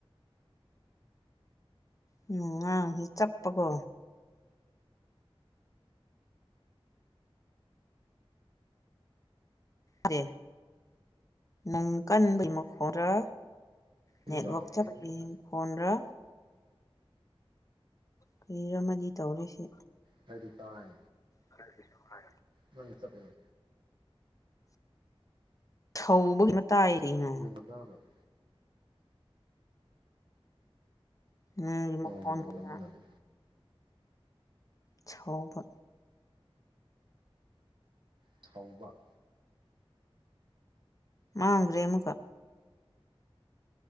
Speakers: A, on the left (about 35°); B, on the right (about 55°).
A: ꯎꯝ ꯅꯪ ꯉꯥꯡꯢꯁꯤ ꯆꯠꯄꯀꯣ ꯑꯦ ꯅꯪꯡ ꯀꯥꯟꯕꯩ ꯃꯈꯣꯟꯔꯥ ꯅꯦꯠꯋꯛ
B: ꯏꯁꯤꯡ ꯆꯥꯎꯗ꯭ꯔꯗꯤ
A: ꯆꯥꯞꯄꯩ
B: ꯈꯪꯗꯦ
A: ꯃꯈꯣꯟꯔ ꯀꯨꯔꯤꯔ ꯑꯃꯗꯤ ꯇꯧꯔꯦꯁꯤ
B: ꯈꯔꯗꯤ ꯇꯥꯏ
A: ꯈꯔꯗꯤ ꯇꯥꯢ
B: ꯀꯃꯥꯢꯅ ꯆꯥꯞꯄꯤꯆꯣ
A: ꯊꯧꯕꯒꯤ ꯃꯇꯥꯏꯔꯛꯏꯅꯣ
B: ꯐ <inaudible>
A: ꯅꯪꯒꯤ ꯃꯈꯣꯟꯒꯨꯝꯕ
B: ꯅꯣꯡ ꯃꯈꯣꯟ ꯂꯥꯡꯃꯤꯟꯅꯕ
A: ꯁꯧꯕ
B: ꯊꯧꯕ
A: ꯃꯥꯥꯡꯒ꯭ꯔꯦ ꯑꯃꯨꯀ